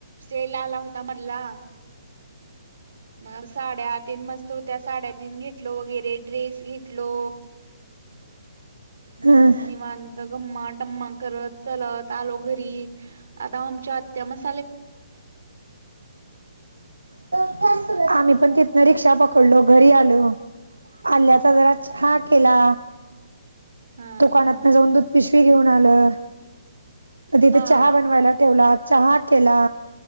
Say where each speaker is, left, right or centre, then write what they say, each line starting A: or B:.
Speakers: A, on the right (about 65°); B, on the right (about 90°).
A: सेल आला होता मधला मग साडया आत मस्त होत्या् साड्या तीन घेतलो वगैरे, ड्रेस घेतलो मग
B: ह
A: निवांत टम्मा टम्मा करत चलत आलो घरी, आता आमच्या आत्या मस्त
B: त का <unintelligible> आम्ही पण तिथनं रिक्षा, पकडलो घरी आलो आल्याचा जरा छान. केला
A: हा
B: दुकानात
A: हा
B: न जाऊन, दूध पिशवी घेऊन आलं. म तिथे
A: हा
B: चहा बनवायला ठेवला चहा केला